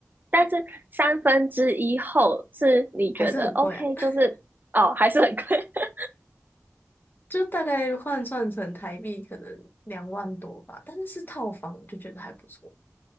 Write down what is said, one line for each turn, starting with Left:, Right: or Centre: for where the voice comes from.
Right: 但是三分之一后是你觉得
Left: 还是很贵啊，
Right: OK，
Left: <laughs>
Right: 就是哦，还是很贵 <laughs>
Left: 就大概换算成台币可能两万多吧，但是是套房，我就觉得还不错，